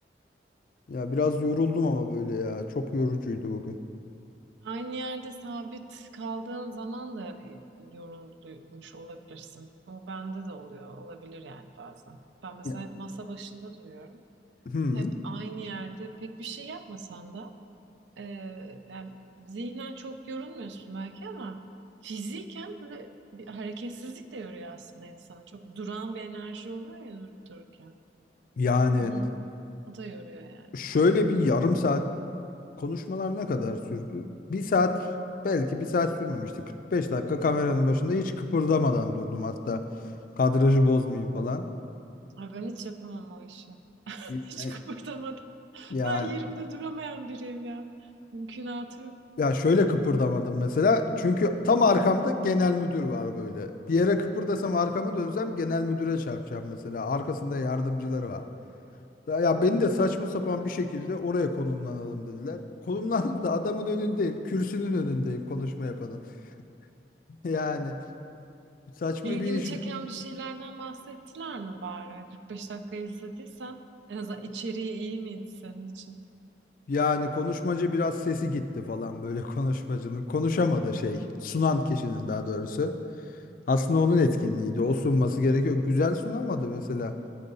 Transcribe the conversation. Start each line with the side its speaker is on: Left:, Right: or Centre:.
Left: Ya biraz yoruldum ama böyle ya. Çok yorucuydu bugün.
Right: Aynı yerde sabit kaldığın zaman da e, yorulmuş olabilirsin. O bende de oluyor, olabilir yani bazen. Ben mesela
Left: Ya,
Right: hep masa başında duruyorum.
Left: hmm,
Right: Hep aynı yerde pek bir şey yapmasan da e, yani zihnen çok yorulmuyorsun belki ama fiziken böyle bir hareketsizlik de yoruyor aslında insanı. Çok duran bir enerji oluyor ya durup dururken.
Left: yani
Right: Onun, o da yoruyor yani.
Left: şöyle bir yarım saat konuşmalar ne kadar sürdü? Bir saat belki bir saat sürmemişti. 45 dakika kameranın başında hiç kıpırdamadan durdum hatta. Kadrajı bozmayayım falan.
Right: Ay ben hiç yapamam o işi. <laughs>
Left: Ya-
Right: Hiç kıpırdamadan.
Left: Yani
Right: Ben yerimde duramayan biriyim ya. Mümkünatı yok.
Left: Ya şöyle kıpırdamadım mesela. Çünkü tam arkamda genel müdür var böyle. Diğere kıpırdasam arkama dönsem genel müdüre çarpacağım mesela. Arkasında yardımcıları var. Ya ya beni de saçma sapan bir şekilde oraya konumlanalım dediler. Konumlandım da adamın önündeyim. Kürsünün önündeyim konuşma yapanın. <laughs> Yani saçma
Right: İlgini
Left: bir iş.
Right: çeken bir şeylerden bahsettiler mi bari? 45 dakika izlediysen en azından içeriği iyi miydi senin için?
Left: Yani konuşmacı biraz sesi gitti falan böyle <laughs> konuşmacının. Konuşamadı şey. Sunan kişinin daha doğrusu. Aslında onun etkinliğiydi. O sunması gerekiyor. Güzel sunamadı mesela.